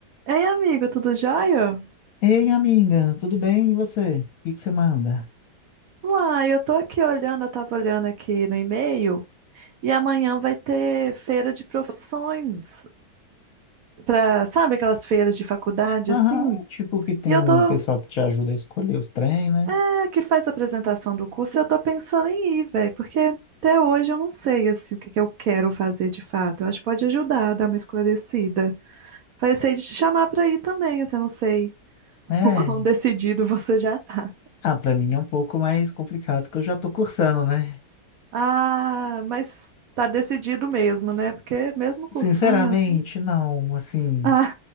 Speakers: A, on the right; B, on the left.
A: Ei, amigo, tudo jóia?
B: Ei, amiga, tudo bem? E você? O que que você manda?
A: Uai, eu tô aqui olhando, eu tava olhando aqui no e-mail, e amanhã vai ter feira de profissões, pra, sabe aquelas feiras de faculdade
B: Aham,
A: assim?
B: tipo que tem
A: E eu
B: um
A: tô,
B: pessoal que te ajuda a escolher os trem, né?
A: é, que faz a apresentação do curso, e eu tô pensando em ir, velho, porque até hoje eu não sei, assim, o que que eu quero fazer de fato. Eu acho que pode ajudar, dar uma esclarecida. Pensei de te chamar pra ir também, assim, eu não sei <laughs>
B: É.
A: o quão decidido você já tá.
B: Ah, pra mim é um pouco mais complicado, que eu já tô cursando, né?
A: Ah, mas tá decidido mesmo, né? Porque mesmo cursando
B: Sinceramente,
A: as...
B: não, assim,
A: Ah,